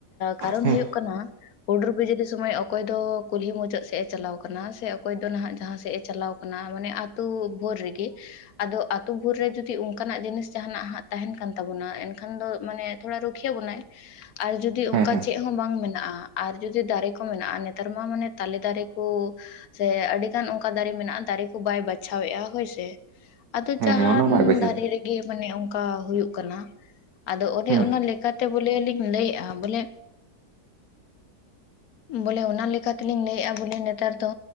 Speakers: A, on the left; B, on the right.
A: ᱠᱟᱨᱚᱱ
B: ᱦᱮᱸ
A: ᱦᱩᱭᱩᱜ ᱠᱟᱱᱟ ᱦᱩᱰᱩᱨ ᱵᱤᱡᱽᱞᱤ ᱥᱚᱢᱚᱭ ᱚᱠᱚᱭ ᱫᱚ ᱠᱩᱞᱦᱤ ᱢᱩᱪᱟᱹᱫ ᱥᱮ ᱥᱮᱜ ᱮ ᱪᱟᱞᱟᱣ ᱟᱠᱟᱱᱟ ᱥᱮ ᱚᱠᱚᱭ ᱫᱚ ᱱᱟᱦᱟᱜ ᱡᱟᱦᱟᱸ ᱥᱮᱡ ᱮ ᱪᱟᱞᱟᱣ ᱟᱠᱟᱱᱟ ᱢᱟᱱᱮ ᱟᱛᱩ ᱵᱷᱳᱨ ᱨᱮᱜᱮ ᱟᱫᱚ ᱟᱛᱩ ᱵᱷᱳᱨ ᱨᱮ ᱡᱚᱫᱤ ᱚᱱᱠᱟᱱᱟᱜ ᱡᱤᱱᱤᱥ ᱡᱟᱦᱟᱱᱟᱜ ᱦᱟᱸᱜ ᱛᱟᱦᱮᱱ ᱠᱟᱱ ᱛᱟᱵᱚᱱᱟ ᱮᱱᱠᱷᱟᱱ ᱫᱚ ᱢᱟᱱᱮ ᱛᱷᱚᱲᱟ ᱨᱩᱠᱷᱤᱭᱟᱹ ᱵᱚᱱᱟᱭ ᱟᱨ ᱡᱩᱫᱤ
B: ᱦᱮᱸ
A: ᱚᱱᱠᱟ
B: ᱦᱮᱸ
A: ᱪᱮᱫ ᱦᱚᱸ ᱵᱟᱝ ᱢᱮᱱᱟᱜᱼᱟ ᱟᱨ ᱡᱩᱫᱤ ᱫᱟᱨᱮ ᱠᱚ ᱢᱮᱱᱟᱜᱼᱟ ᱱᱮᱛᱟᱨ ᱢᱟ ᱢᱟᱱᱮ ᱛᱟᱞᱮ ᱫᱟᱨᱮ ᱥᱮ ᱟᱹᱰᱤ ᱜᱟᱱ ᱚᱱᱠᱟ ᱫᱟᱨᱮ ᱢᱮᱱᱟᱜᱼᱟ ᱫᱟᱨᱮ ᱠᱚ ᱵᱟᱭ ᱵᱟᱪᱷᱟᱣ ᱮᱼᱟ ᱦᱳᱭᱥᱮ᱾ ᱟᱫᱚ
B: ᱦᱮᱸ
A: ᱡᱟᱦᱟᱱᱻ
B: ᱦᱮᱸ ᱚᱱᱟ ᱵᱟᱭ ᱵᱟᱡᱷᱟᱣ
A: ᱫᱟᱨᱮ ᱨᱮᱜᱮ ᱢᱟᱱᱮ ᱚᱱᱠᱟ ᱦᱩᱭᱩᱜ ᱠᱟᱱᱟ᱾ ᱟᱫᱚ ᱚᱱᱮ
B: ᱦᱮᱸ
A: ᱚᱱᱟ ᱞᱮᱠᱟᱛᱮ ᱵᱚᱞᱮ ᱞᱤᱧ ᱞᱟᱹᱭᱮᱼᱟ ᱵᱚᱞᱮ ᱵᱚᱞᱮ ᱚᱱᱟ ᱞᱮᱠᱟ ᱛᱮᱞᱤᱧ ᱞᱟᱹᱭᱮᱼᱟ ᱵᱚᱞᱮ ᱱᱮᱛᱟᱨ ᱫᱚ